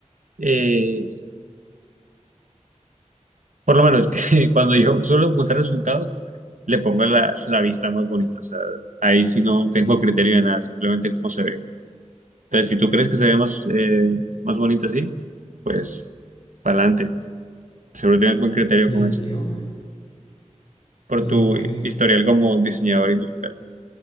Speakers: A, on the right; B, on the left.
A: eh, Por lo menos <laughs> que cuando yo suelo montar resultados, le pongo la, la vista más bonita. O sea, ahí sí no tengo criterio de nada, simplemente cómo se ve. Entonces, si tú crees que se ve más, eh, más bonita así, pues para adelante. Seguro tienes buen criterio
B: Sí,
A: con eso.
B: digamos,
A: Por
B: digamos
A: tu
B: que...
A: historial como diseñador industrial.